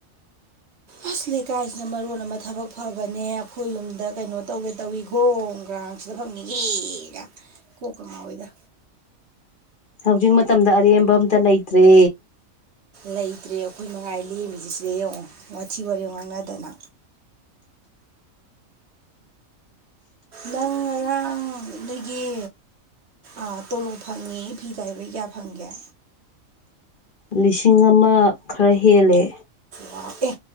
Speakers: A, on the right (about 55°); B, on the left (about 40°).
A: ꯑꯁ ꯂꯩꯀꯥꯏꯁꯤꯅ ꯃꯔꯣꯟ ꯑꯃ ꯊꯕꯛ ꯐꯕꯅꯦ ꯑꯩꯈꯣꯏ ꯌꯨꯝꯗ ꯀꯩꯅꯣ ꯇꯧꯒꯦ ꯇꯧꯏꯤ ꯒꯔꯣꯡ ꯒ꯭ꯔꯥꯡ ꯁꯤꯗ ꯐꯪꯉꯒꯦꯒ ꯌꯦꯒꯥ ꯀꯣꯛꯀꯥ ꯉꯥꯥꯎꯏꯗ
B: ꯍꯧꯖꯤꯛ ꯃꯇꯝꯗ ꯑꯔꯦꯝꯕ ꯑꯝꯇ ꯂꯩꯇ꯭ꯔꯦ
A: ꯂꯩꯇ꯭ꯔꯦ ꯑꯩꯈꯣꯏ ꯃꯉꯥꯏ ꯂꯦꯝꯃꯤꯁꯤ ꯁꯤꯗ ꯌꯦꯡꯉꯣ ꯋꯥꯊꯤ ꯋꯥꯔꯦꯡ ꯉꯥꯡꯅꯗꯅ ꯅꯪ ꯉꯔꯥꯡ ꯅꯣꯏꯒꯤ ꯑ ꯇꯣꯂꯣꯞ ꯐꯪꯉꯦꯌꯦ ꯐꯤ ꯇꯥꯏꯕꯩ ꯀꯌꯥ ꯐꯪꯒꯦ
B: ꯂꯤꯁꯤꯡ ꯑꯃ ꯈꯔ ꯍꯦꯜꯂꯦ
A: ꯋꯥꯎ ꯑꯦ